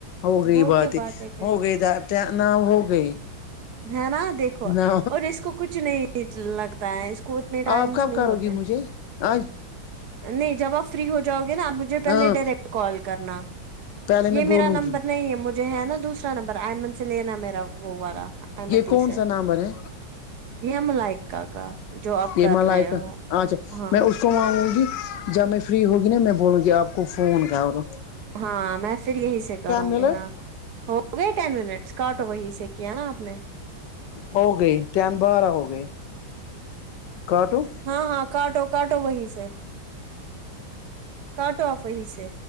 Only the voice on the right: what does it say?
وہ
کیا باتیں کرے
ہے نا دیکھو
اور اس کو کچھ نہیں لگتا ہے اس کو اتنے ٹائمس
نہیں
ہوتے
نہیں جب آپ فری ہو جاؤ گے نا آپ مجھے پہلے
ڈائریکٹ کال کرنا
یہ
میرا نمبر
نہیں ہے مجھے ہے نا دوسرا نمبر آئمن سے لینا میرا وہ والا احمدیس
ہے
ملائک کا کا جو آپ
کر
رہے ہو
ہاں
ہاں میں پھر یہی سے کروں
گی ہاں ہو گئی ٹین منٹس کاٹو وہی سے کیا نا آپ نے
ہاں ہاں کاٹو کاٹو وہیں سے کاٹو آپ وہیں سے